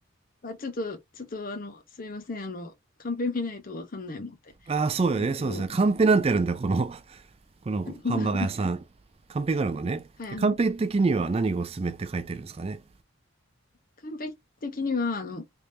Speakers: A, on the left; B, on the right.
A: あ、ちょっと、ちょっと、あの、すいません、あの、カンペ見ないとわかんないもんで。
B: ああ、そうよね。
A: えっと、
B: そうですね。カンペなんてあるんだ、この、<laughs> このハンバーガー屋さん。
A: <laughs>
B: カンペがあるのね。
A: はい、
B: でカンペ的には何がおすすめって書いてるんですかね。
A: あの、完璧的には、あの、